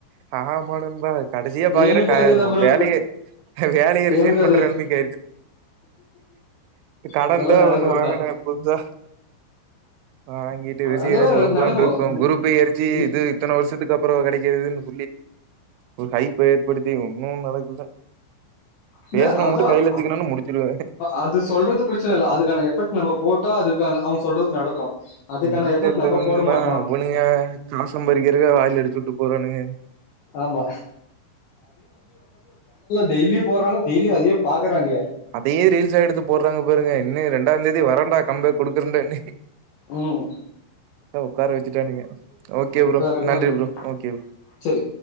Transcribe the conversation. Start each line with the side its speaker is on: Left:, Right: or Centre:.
Right: ஆமாபா கடைசியா பாக்குற
Left: எனக்கும் அதே தான் ப்ரோ
Right: வேலைய வேலையை ரிசைன்
Left: எனக்கும்
Right: பண்றேம்பிங்க
Left: அதே
Right: கடன்
Left: அதெல்லாம்
Right: தான்
Left: நடக்கிறது
Right: ஒண்ணு வாங்கினே
Left: தான்
Right: புதுசா வாங்கிட்டு விருச்சிக
Left: அதெல்லாம்
Right: ராசி
Left: ர-
Right: ஓகோனிருக்கும்
Left: நடக்கும்
Right: குருப்பெயர்ச்சி
Left: இ-
Right: இது இத்தன வருஷத்துக்கு அப்புறம் கிடைக்கதுன்னு ஒரு வாய்ப்ப ஏற்படுத்தி ஒன்னும் நடக்கல
Left: இல்ல
Right: பேசனவ
Left: அதான்.
Right: மட்டு கையில வச்சுக்கணும்னு முடிச்சிருவே
Left: அந்த சொல்றது பிரச்சனை இல்லல்ல அதுக்கான எபக்ட் நம்ம போட்டா அதுக்கான அவங்க சொல்றது நடக்கும் அதுக்கான
Right: இல்ல
Left: எஃபெக்ட்
Right: இல்லனன்பா
Left: நம்ம போட மாட்டோம்
Right: அவனுங்க <unintelligible> வாயில அடிச்சுட்டு போறானுங்க
Left: ஆமா டெய்லியும் போறாங்க டெய்லி யும் அதே பாக்குறங்களே
Right: அதயே ரீல்ஸ்ஸா எடுத்து போடுறாங்க இங்க பாருங்க இன்னும் ரெண்டாம் தேதி வரண்டா கம் பேக் கொடுக்குறேன்டேய்
Left: உம்
Right: உட்கார வச்சுட்டானுங்க ஓகே ப்ரோ
Left: வேற கால்
Right: நன்றி
Left: வருது.
Right: ப்ரோ ஓகே
Left: சரி